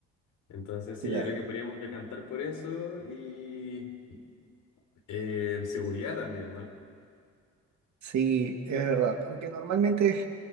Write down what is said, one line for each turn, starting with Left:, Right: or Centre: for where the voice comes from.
Left: Entonces
Right: Claro.
Left: sí, yo creo que podríamos decantar por eso y eh, seguridad también, ¿no?
Right: Sí, es verdad, aunque normalmente